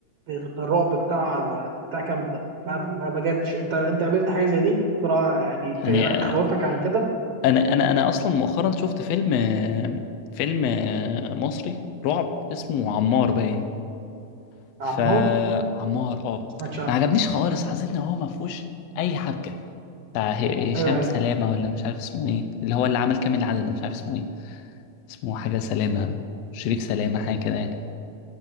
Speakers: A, on the right (about 60°); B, on the left (about 70°).
A: بالرعب بتاع بتاع كامب ده ما ما بجاتش انت انت قابلت حاجه زي دي بسرعه يعني
B: يعني
A: ت- لا
B: آه،
A: تخوفك عن كده
B: انا انا انا اصلا مؤخرا شفت فيلم آه، فيلم آه، مصري رعب اسمه عمار باين فعمار
A: يا عمار
B: اه
A: ما سمعتش عنه
B: ما عجبنيش خالص حسيت ان هو ما فيهوش اي حبكه بتاع ه- هشام
A: ايوه
B: سلامه ولا مش عارف اسمه ايه اللي هو اللي عمل كامل العدد ده مش عارف اسمه ايه اسمه حاجة سلامة شريك سلامة حاجة كده يعني